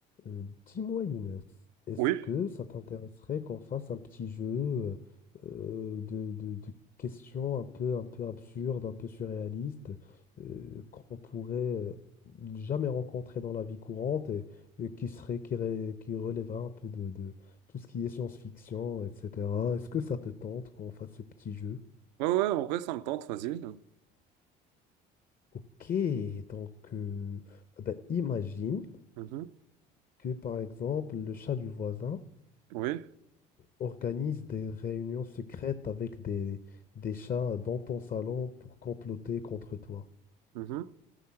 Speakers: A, on the left (about 40°); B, on the right (about 85°).
A: Euh, dis-moi, Younes, est-ce
B: Oui,
A: que ça t'intéresserait qu'on fasse un petit jeu euh, euh, de, de- de questions un peu, un peu absurdes, un peu surréalistes, euh, qu'on pourrait euh, jamais rencontrer dans la vie courante et, et qui serait, qui, ré- qui relèverait un peu de, de tout ce qui est science-fiction, etc. Est-ce que ça te tente qu'on fasse ce petit jeu?
B: ouais, ouais, en vrai, ça me tente, vas-y.
A: Ok, donc euh, ben, imagine
B: Mhm.
A: que par exemple le chat du voisin
B: Oui,
A: organise des réunions secrètes avec des, des chats dans ton salon pour comploter contre toi.
B: mhm.